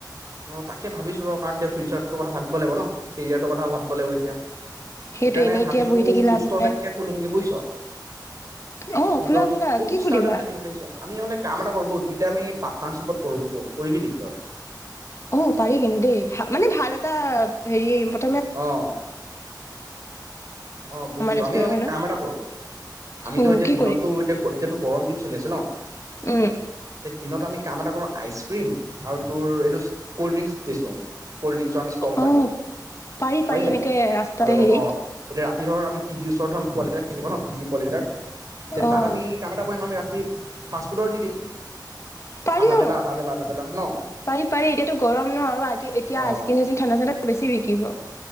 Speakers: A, on the right; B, on the left.
A: অ তাকে ভাবিছো ৰ। কাৰণ এতিয়া ফিউচাৰটো কথা ভাবিব লাগিব ন কেৰিয়াৰটোৰ কথা ভাবিব লাগিব এতিয়া।
B: সেইটো
A: সেইকাৰণে
B: এনেই
A: ভাবিছো
B: এতিয়া বহি থাকি
A: ফুডষ্টল
B: লাভ নাই।
A: এটাকে খোলো নেকি বুজিছ।
B: অ'
A: ফুডৰ
B: খোলা খোলা
A: ফুড
B: কি
A: ষ্টাৰ্টাৰ
B: খুলিবা?
A: এটা দিও <unintelligible> আমি নহলে কাম এটা কৰোঁ ব'ল দুইটাই আমি পাৰ্টনাৰচিপত কৰোঁ <unintelligible> কৰিবি নিকি তই?
B: অ' পাৰি কিন্তু দেই ভা মানে ভাল <unintelligible> হেৰী <unintelligible>
A: অ অ বুজিছো
B: আমাৰ ৰেষ্টুৰেণ্টখনৰ
A: আমি মানে কাম এটা কৰো অ অ কৈছো আমি মানে কাম এটা কৰো আমি এতিয়া
B: উম, কি
A: দিনতো
B: কৰিম
A: এতিয়া এতিয়া টো গৰম দিন চলি আছে ন
B: উম,
A: দিনত আমি কাম এটা কৰো। আইচ ক্ৰীম আৰু তোৰ এইটো।। Cold drinks বেছোঁ। কল্ড্ৰিংচৰ আমি ষ্টল এটা
B: অ'
A: দিওঁ।
B: পাৰি
A: হয়
B: পাৰি
A: নে নাই
B: এনেকে ৰাস্তাতে
A: আৰু
B: হেৰিত।।
A: অ ৰাতি ধৰ আমি পি জিৰ ওচৰত থম পোৱালি বিলাক থাকিব ন পি জিৰ পোৱালি বিলাক। তে
B: অ'
A: তাত আমি কাম এটা কৰিম আমি ৰা।। দি ফাষ্টফুডৰ দি দিম।
B: পাৰি
A: আধা
B: অ
A: বেলা আধা বেলা আধা বেলা ন
B: পাৰি পাৰি এতিয়াতো গৰম ন আৰু এতিয়া
A: অ
B: আইচ ক্ৰীম চাইচক্ৰীম ঠাণ্ডা ঠাণ্ডাত বেছি ৰি।। <inaudible> থাকিব।